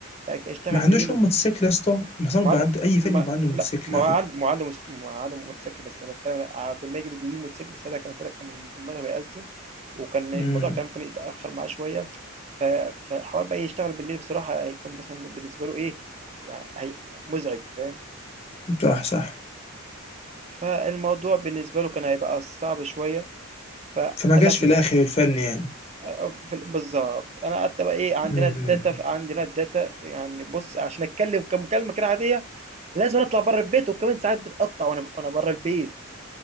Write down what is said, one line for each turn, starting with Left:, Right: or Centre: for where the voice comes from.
Right: فهيشتغل
Left: ما عندوش
Right: بالليل
Left: هو موتوسيكل يا اسطى معظم
Right: ما
Left: بيبقى
Right: عاد
Left: عنده اي
Right: ما
Left: فني بيبقى عنده موتوسيكل
Right: لأ، ما
Left: على
Right: هو عند
Left: فكره
Right: ما هو عنده مس ما هو عنده موتوسيكل، بس أنا باتكلم عبد المجيد بيجيب الموتوسيكل ساعتها كان الفرق كان الم المغرب هيأذن، وكان
Left: امم
Right: الموضوع كان ممكن يتأخر معاه شوية، ف فحوار بقى يشتغل بالليل بصراحة هيكون مثلًا م بالنسبة له إيه، يعني هي مزعج فاهم؟
Left: صح صح
Right: فالموضوع بالنسبة له كان هيبقى صعب شوية، فقال
Left: فما جاش
Right: لك
Left: في الاخر الفن يعني
Right: آه، آه، في ال- بالظبط انا قعدت بقى ايه عندنا
Left: امم
Right: الداتا في عندنا الداتا يعني بص عشان اتكلم كمكالمه كده عاديه لازم اطلع بره البيت وكمان ساعات بتقطع وانا وانا بره البيت